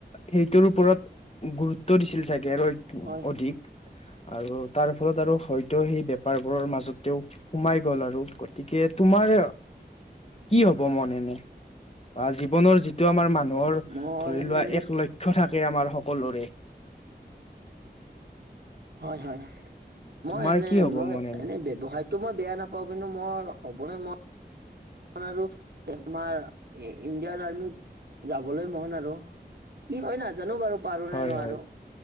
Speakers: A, on the left; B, on the right.
A: সেইটোৰ ওপৰত গুৰুত্ব দিছিল চাগে আৰু
B: হয় হয়
A: অধিক আৰু তাৰ ফলত হয়তো সেই বেপাৰবোৰৰ মাজতেও সোমাই গল আৰু গতিকে তোমাৰ কি
B: হয়
A: হ'ব
B: হয়
A: মনে এনে বা জীৱনৰ যি টো আমাৰ মানুহৰ
B: মোৰ
A: ধৰি
B: এনে
A: লোৱা এক লক্ষ্য থাকে আমাৰ সকলোৰে
B: হয় হয় হয় মই
A: তোমাৰ
B: এনে
A: কি হব
B: মই
A: মনে
B: এনে ব্যৱসায়িক টো মই বেয়া নাপাওঁ কিন্তু মোৰ হ'বলৈ মন আৰু আমাৰ ইণ্ডিয়ান আৰ্মিত যাবলৈ মন আৰু কি হয় নাজানো বাৰু পাৰো
A: হয়
B: নে নোৱাৰো
A: হয়